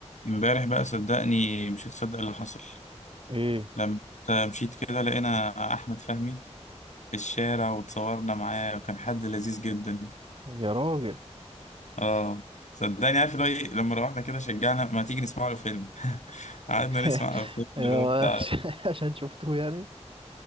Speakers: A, on the left; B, on the right.
A: امبارح بقى صدقني مش هتصدق اللي حصل
B: ايه
A: لما مشيت كده لقينا احمد فهمي في الشارع وتصورنا معاه وكان حد لذيذ جدا
B: يا راجل
A: اه صدقني عارف اللي هو ايه لما روحنا كده شجعنا ما تيجي نسمع له فيلم <laughs> قعدنا
B: <laughs>
A: نسمع فيلم
B: يا-
A: اللي هو بتاع
B: عشان عشان شفته يعني